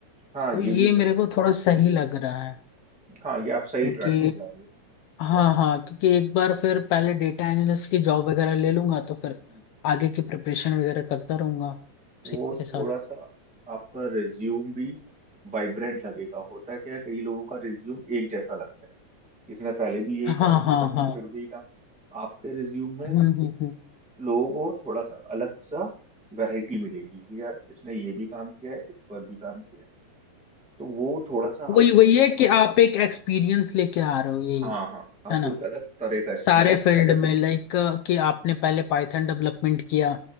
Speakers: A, in the centre; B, on the left.
A: हाँ
B: तो ये
A: ये भी बड़े
B: मेरे को थोड़ा सही लग रहा है
A: हाँ ये आप सही
B: क्योंकि
A: ट्रैक पे जा रहे
B: हाँ हाँ क्योंकि एक बार फिर पहले डेटा एनालिस्ट की जॉब वगैरह ले लूंगा तो फिर
A: हो
B: आगे की प्रिपरेशन वगैरह करता रहूंगा उसी
A: वो
B: के
A: थोड़ा
B: साथ
A: सा आपका रिज्यूम भी वाइब्रेंट लगेगा होता क्या है कई लोगों का रिज्यूम एक जैसा लगता है इसने पहले भी यही
B: हाँ
A: काम किया
B: हाँ
A: है
B: हाँ
A: फिर भी यही काम आपके रिज्यूम में
B: हम्म हम्म हम्म
A: लोगों को थोड़ा सा अलग सा वैरायटी मिलेगी कि यार इसने ये भी काम किया है इस पर भी काम किया है तो वो थोड़ा सा
B: वही
A: आप
B: वही है कि आप एक एक्सपीरियंस लेके आ रहे हो यही
A: हाँ हाँ आप
B: है ना
A: एक अलग तरह का एक्सपीरियंस
B: सारे फील्ड
A: लेके आ
B: में लाइक कि आपने
A: रहे हो।
B: पहले पाइथन डेवलपमेंट किया